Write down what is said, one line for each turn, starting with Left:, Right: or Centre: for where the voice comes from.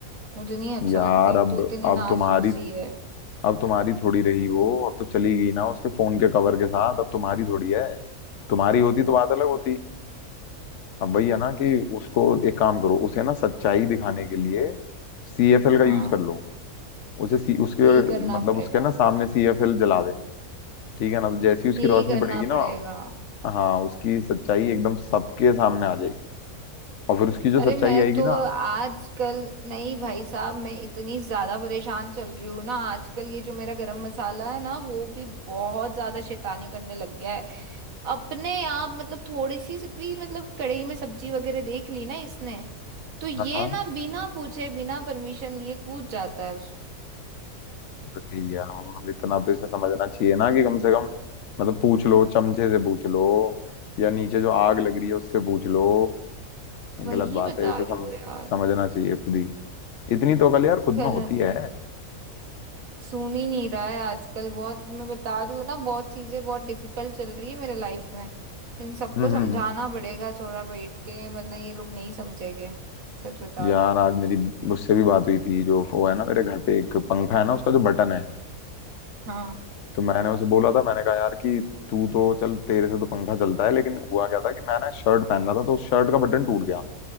Right: मुझे नहीं अच्छा
Left: यार
Right: लगता एक
Left: अब
Right: तो इतनी
Left: अब
Right: नाजुक
Left: तुम्हारी
Right: सी है
Left: अब तुम्हारी थोड़ी रही वो अब तो चली गई ना उसके फोन के कवर के साथ अब तुम्हारी थोड़ी है तुम्हारी होती तो बात अलग होती अब वही है ना कि उसको एक काम करो उसे ना सच्चाई दिखाने के लिए सीएफएल का
Right: हाँ
Left: यूज कर लो उसे सी, उसके
Right: यही करना
Left: मतलब
Right: पड़ेगा
Left: उसके ना सामने सीएफएल जला देना ठीक है ना तो जैसी उसकी
Right: यही
Left: रोशनी
Right: करना
Left: पड़ेगी ना
Right: पड़ेगा
Left: हाँ उसकी सच्चाई एकदम सबके सामने आ जाएगी और फिर उसकी जो
Right: अरे
Left: सच्चाई
Right: मैं
Left: आएगी
Right: तो
Left: ना
Right: आजकल नहीं भाई साहब मैं इतनी ज्यादा परेशान चल रही हूँ ना आजकल ये जो मेरा गरम मसाला है ना वो भी बहुत ज्यादा शैतानी करने लग गया है अपने आप मतलब थोड़ी सी भी मतलब कढ़ाई में सब्जी वगैरह देख ली ना इसने तो ये
Left: हाँ
Right: ना बिना पूछे बिना परमिशन लिए कूद जाता है उस
Left: भैया और इतना तो इसे समझना चाहिए ना कि कम से कम मतलब पूछ लो चमचे से पूछ लो या नीचे जो आग लग रही है उससे पूछ लो
Right: वही
Left: गलत बात
Right: बता
Left: है इसे
Right: रही
Left: सम,
Right: हो यार
Left: समझना चाहिए खुद ही इतनी तो कल यार खुद
Right: कलर
Left: में होती है
Right: सुन ही नहीं रहा है आजकल बहुत मैं बता रही हूँ ना बहुत चीजें बहुत डिफिकल्ट चल रही है मेरे लाइफ में इन सबको
Left: हम्म
Right: समझाना
Left: हम्म हम्म
Right: पड़ेगा थोड़ा बैठ के वरना ये लोग नहीं समझेंगे सच बता
Left: यार
Right: रही हूँ मैं
Left: आज
Right: तुमको
Left: मेरी उससे भी बात हुई थी जो वो है ना मेरे घर पे एक पंखा है ना उसका जो बटन है
Right: हाँ
Left: तो मैंने उसे बोला था मैंने कहा यार कि तू तो चल तेरे से तो पंखा चलता है लेकिन हुआ क्या था कि मैंने शर्ट पहन रहा था तो उस शर्ट का बटन टूट गया